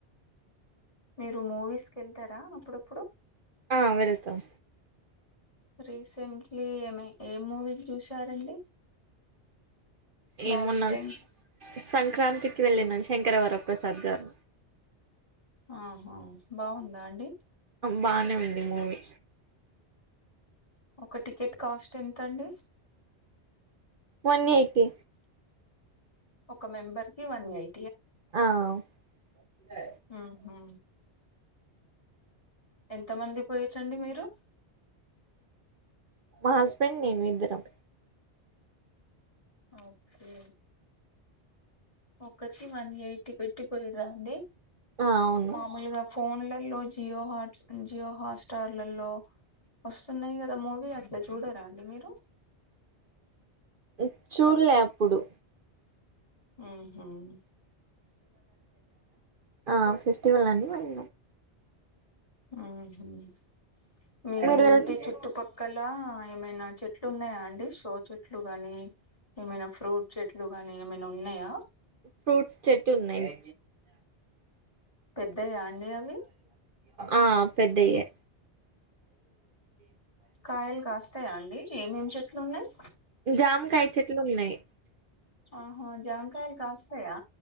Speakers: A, on the left (about 30°); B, on the right (about 55°).
A: మీరు మూవీస్ కి వెళ్తారా అప్పుడప్పుడు
B: ఆ వెళ్తాం
A: రీసెంట్లీ ఏమీ ఏ మూవీ చూసారండి లాస్ట్
B: ఏమున్నా
A: టైం
B: సంక్రాంతికి వెళ్ళినము శంకరవరప్రసాద్ గారు
A: ఆహా బాగుందా అండి
B: బానే ఉంది మూవీ
A: ఒక టికెట్ కాస్ట్ ఎంతండి
B: వన్ ఎయిట్ టి
A: ఒక మెంబర్ కి వన్ ఎయి
B: ఆహ
A: ఉహు ఎంతమంది పోయిరు అండి మీరు
B: మా హస్బెండ్ నేను ఇద్దరం
A: ఓకే ఒకటి వన్ ఎయిటి పెట్టి పోయిరా అండి
B: ఆహ్ అవును.
A: మామూలుగా ఫోన్లలో జియో హాట్స్ జియో హాట్స్టార్లలో వస్తున్నాయి కదా మూవీ అది. ఇలా చూడారా అండి మీరు.
B: ఇట్ చూడలే అప్పుడు.
A: ఉమ్ ఉమ్మ్.
B: ఆహ్ ఫెస్టివల్ అండి మళ్ళ.
A: ఉమ్మ్ మీ
B: మీరు వెళ్తే
A: ఇంటి చుట్టుపక్కల. ఏమైనా చెట్లు ఉన్నాయా అండి. షో చెట్లు గానీ ఏమైనా ఫ్రూట్. చెట్లు గానీ ఏమైనా ఉన్నాయా.
B: ఫ్రూట్స్ చెట్టు ఉన్నాయి
A: పెద్దయ్యాండి అవి
B: ఆ పెద్దయ్యే
A: కాయలు కాస్తాయా అండి ఏమేం చెట్లు ఉన్నాయి.
B: జామ కాయ చెట్లు ఉన్నాయి.
A: ఆహా జాంకాయలు కాస్తాయా